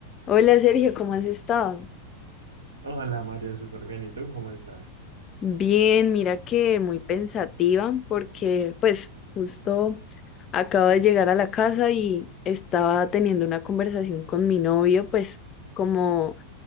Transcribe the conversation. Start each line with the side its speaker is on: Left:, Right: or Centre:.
Left: Hola Sergio, ¿cómo has estado?
Right: Hola Mario, súper bien. ¿Y tú cómo estás?
Left: Bien, mira que muy pensativa porque pues justo acabo de llegar a la casa y estaba teniendo una conversación con mi novio, pues como